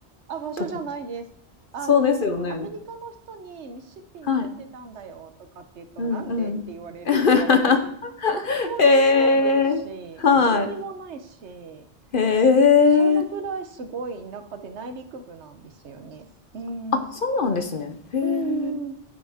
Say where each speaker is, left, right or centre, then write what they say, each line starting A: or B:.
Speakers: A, on the right; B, on the left.
A: あ、場所じゃないです。
B: とこ
A: あの、
B: そうですよね。
A: アメリカの人にミシシッピに住んでたんだよとかって言うと、
B: はい。うんうん。
A: なんでって言われるぐらい、
B: <laughs>
A: 観光地でもないし、
B: へえ。はい。
A: 何にもないし、
B: へ
A: そのぐらいすごい田舎で内陸部なんですよね。
B: え。
A: うん。
B: あ、そうなんですね。へえ。
A: うん。